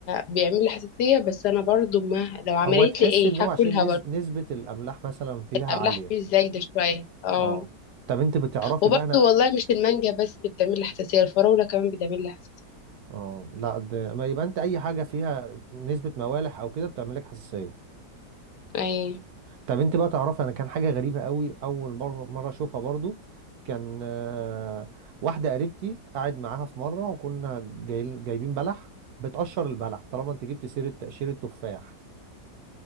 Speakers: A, on the left (about 70°); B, on the right (about 70°).
A: بيعمل لي حساسية بس أنا برضو ما لو
B: هو
A: عملت
B: تحس
A: لي إيه
B: ان هو
A: هاكلها
B: عشان نز...
A: برضو
B: نسبة الاملاح مثلا فيها
A: أعملها
B: عالية
A: حساسية إزاي ده شوية اه
B: اه طب انت بتعرفي
A: وبرضو
B: بقى انا
A: والله مش المانجا بس اللي بتعمل لي حساسية الفراولة كمان بتعمل لي حساسية
B: اه لا ده... ما يبقى انت اي حاجة فيها نسبة موالح او كده بتعمل لك حساسية
A: أي
B: طب انت بقى تعرفي انا كان حاجة غريبة قوي اول مرة مرة اشوفها برضو كان آه، واحدة قريبتي قاعد معاها في مرة وكنا جاي... جايبين بلح بتقشر البلح طالما انت جبت سيرة تقشير التفاح